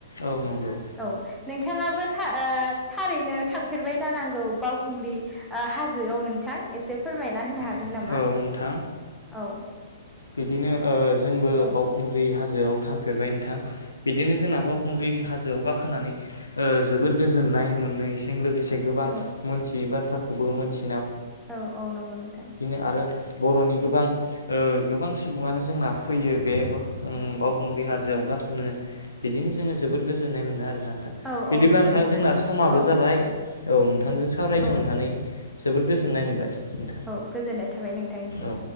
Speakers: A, on the left; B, in the centre.
A: औ नंगौ
B: औ नोंथाङाबो थारैनो थांफेरबाय जानांगौ बावखुंग्रि हाजोआव नोंथां एसे फोरमायना होनो हागोन।
A: औ
B: नामा
A: नोंथां
B: औ
A: बिदिनो जोंबो
B: औ
A: बावखुंग्रि हाजो। हाजोआव थांफेरबाय नोंथां बिदिनो जोंना बावउखुंग्रि हाजोआव गाखोनानै जोबोर गोजोन नाय मोननायजों लोगोसे गोबां
B: औ
A: मोनथियै बाथ्राखौबो मोनथि।
B: औ औ नंगौ नोंथां।
A: आरो बर'नि गोबां गोबां सुबुङानो जोंना फैयो बे बावखुंग्रि हाजोआव गाखोनो बिदिनो जोङो जोबद गोजोननाय मोनो आरोना नथां
B: औ
A: बिदिब्लाा
B: औ नंगौ
A: नोंथां जोंना समाबो
B: औ
A: जाबाय औ नोंथां। सावरायनो
B: औ
A: मोननानै जोबोर गोजोननाय मोनबाय।
B: औ गोजोननाय थाबाय नोंथांनिसिम।
A: औ